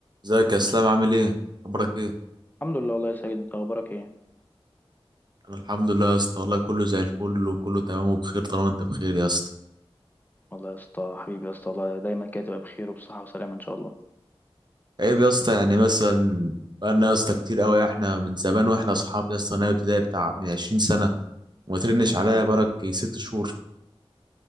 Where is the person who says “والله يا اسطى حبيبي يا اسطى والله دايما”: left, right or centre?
Left